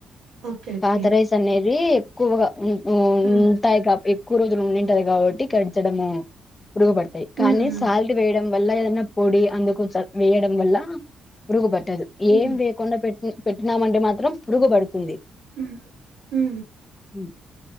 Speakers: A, on the right; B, on the left.
A: ఓకే ఓకే
B: పాత రైస్ అనేది ఎక్కువగా నీకు
A: ఉ
B: ఉంట్టాయ్ కా ఎక్కువ రోజులు ఉండింటదయ్ కాబట్టి క చడమూ పురుగుపడ్తయ్ కానీ
A: ఉ ఉ
B: సాల్ట్ వేయడం వల్ల ఏదన్న పొడి అందుకు చ వేయడం వల్ల పురుగుపట్టదు ఏం
A: ఉ
B: వేయకుండా పెట్ ఇ పెట్టినామంటె మాత్రం పురుగుపడుతుంది
A: ఉ ఉ
B: హు